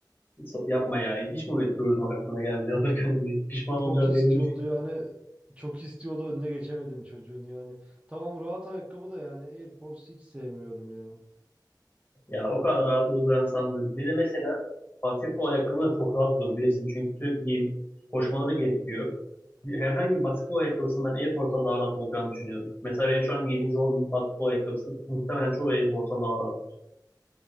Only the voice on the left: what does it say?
So- Yapma ya. Hiç mi turizm aklına gelmedi <laughs> alırken bir pişman
olacağı
belli bir şey.
Ya o kadar rahat olacağını sanmıyorum. Bir de mesela basketbol ayakkabı da çok rahat olur bilirsin. Çünkü sürekli giyim, koşmaları gerekiyor. Bir- Herhangi bir basketbol ayakkabısının ben Air Force'dan daha rahat olacağını düşünüyorum. Mesela benim şu an giydiğim Jordan basketbol ayakkabısı muhtemelen çoğu Air Force'dan daha rahat.